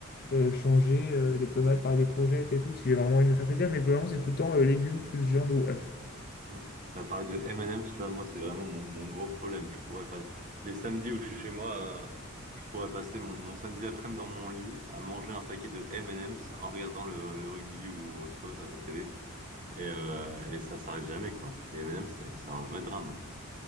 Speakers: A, on the left; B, on the right.
A: euh, changer euh, les tomates par des courgettes et tout, si j'ai vraiment envie de me faire plaisir. Mais globalement, c'est tout le temps euh, légumes plus viande ou œufs.
B: Non. Tu parlé de M&M's, là, moi, c'est vraiment mon, mon gros problème. Je pourrais pas... Les samedis où je suis chez moi, euh, je pourrais passer mon, mon samedi après-midi dans mon lit à manger un paquet de M&M's en regardant le, le rugby ou autre chose à la télé. Et, euh, et ça s'arrête jamais, quoi. Les M&M's, c'est un, c'est un vrai drame.